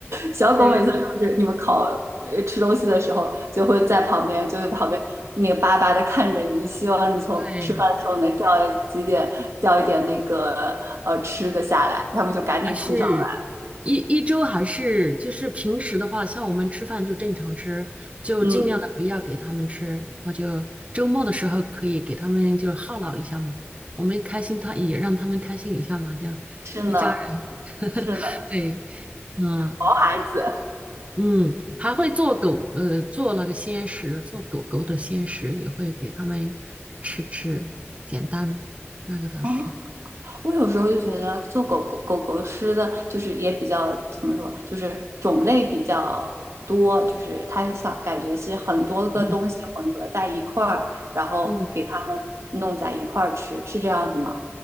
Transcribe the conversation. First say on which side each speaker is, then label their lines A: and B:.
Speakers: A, on the right; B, on the right.
A: 小狗每次就是你们烤
B: 对
A: 呃吃东西的时候，就会在旁边，就会旁边那个巴巴的看着你，希望你从吃饭的时候能掉几点掉一点那个呃吃的下来，
B: 对，
A: 他们就赶紧扑上来。
B: 还是一一周还是就是平时的话，像我们吃饭就正常吃，就尽量的不要给他们吃，
A: 嗯，
B: 我就周末的时候可以给他们就犒劳一下嘛，我们开心他也让他们开心一下嘛，这样一家人
A: 是呢，是呢，
B: 对，嗯
A: 毛孩子
B: 嗯，还会做狗呃做那个鲜食，做狗狗的鲜食也会给他们吃吃，简单那个倒是，
A: 啊。我有时候就觉得做狗狗狗狗吃的，就是也比较怎么说，就是种类比较多，就是它想感觉是很多个东西混合在一块儿，
B: 嗯
A: 然后给它们弄在一块儿吃，
B: 嗯
A: 是这样子吗？